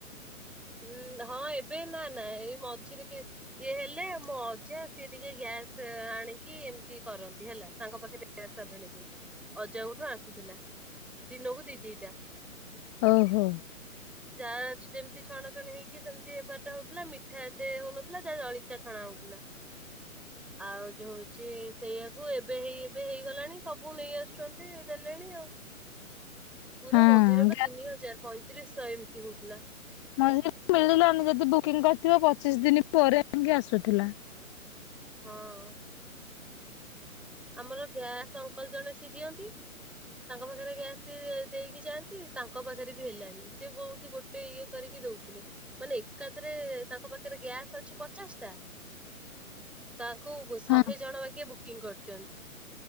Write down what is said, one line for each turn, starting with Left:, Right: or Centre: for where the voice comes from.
Centre: ଉଁ ହଁ ଏବେ ନା ନା ଏଇ ମଝିରେ କେ ଇଏ ହେଲେ ମୋଜା ସିଏ ଟିକେ ଗ୍ୟାସ୍ ଆଣିକି ଏମିତି କରନ୍ତି ହେଲା ତାଙ୍କ ପାଖରେ। Gas available. ଅଜାଙ୍କଠୁ ଆସୁଥିଲା ଦିନକୁ ଦି ଦିଟା।
Left: ଓହୋ।
Centre: ଯାହା ଅଛି ଯେମତି। ଏତି ଛଣା ଛଣି ହେଇକି ସେମିତି ହେବାରଟା ହଉଥିଲା ମିଠା ଏତେ ହଉନଥିଲା ଯାହା ଜଳିଖିଆ ଛଣା ହଉଥିଲା ଆଉ ଯୋ ହଉଛି ସେଇଆକୁ ଏବେ ହେଇ ଏବେ ହେଇଗଲାଣି ସବୁ ନେଇ ଆସୁଛନ୍ତି ଦେଲେଣି ଆଉ। ପୁରା
Left: ହଁ
Centre: ମଝିରେ ବା
Left: ଗ୍ୟା
Centre: ତିନି ହଜାର ପଇଁତିରିଶ ଶହ ଏମିତି ହଉଥିଲା।
Left: ମଝ ମିଳିଲାନି ଯଦି ବୁକିଂ କରିିବ ପଚିଶ ଦିନି ପରେ ଆସୁଥିଲା।
Centre: ହଁ। ଆମର ଗ୍ୟାସ ଅଙ୍କଲ ଜଣେ ସି ଦିଅନ୍ତି ତା। ତାଙ୍କ ପାଖରେ ଗ୍ୟାସ୍ ଦେଇକି ଯାଆନ୍ତି। ତାଙ୍କ ପାଖରେ ବି ହେଲାନି ସେଏ କୋଉଠି ଗୋଟେ ଇଏ କରିକି ଦଉଥିଲେ ମାନେ ଏକାଥରେ ତାଙ୍କ ପାଖରେ ଗ୍ୟାସ୍ ଅଛି ପଚାଶ ଟା। ତାଙ୍କୁ ଶହେ
Left: ହଁ।
Centre: ଜଣ ବାକି ବୁକିଂ କରି।